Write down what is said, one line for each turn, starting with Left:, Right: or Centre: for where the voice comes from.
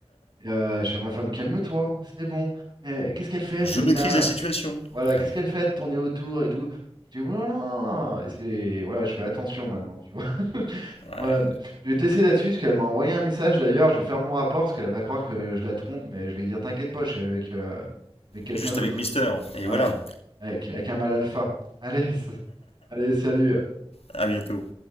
Right: Et, euh, je fais, à ma femme, calme-toi, c'est bon. Eh, qu'est-ce qu'elle fait,
Left: je
Right: celle-là?
Left: maîtrise la situation.
Right: Voilà, qu'est-ce
Left: Ouais,
Right: qu'elle fait de tourner autour et tout? Je dis, oulala! Et c'est, voilà, je fais attention maintenant, tu vois. <laughs>
Left: ouais.
Right: Voilà, mais je vais te laisser là-dessus, parce qu'elle m'a envoyé un message d'ailleurs, je vais faire mon rapport, parce qu'elle va croire que je la trompe, mais je vais lui dire, t'inquiète pas, je suis avec, euh, avec quelqu'un
Left: Juste
Right: d'autre.
Left: avec Mister, hein. et
Right: Ouais,
Left: voilà.
Right: avec, avec un mâle alpha. Allez, <laughs> allez, salut.
Left: À bientôt.